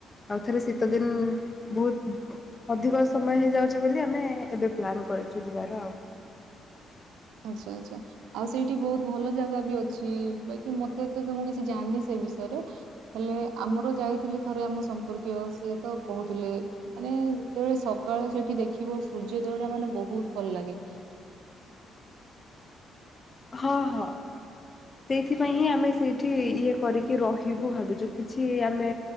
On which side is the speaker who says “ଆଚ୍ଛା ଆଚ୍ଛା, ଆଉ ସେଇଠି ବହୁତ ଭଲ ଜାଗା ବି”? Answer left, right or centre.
Right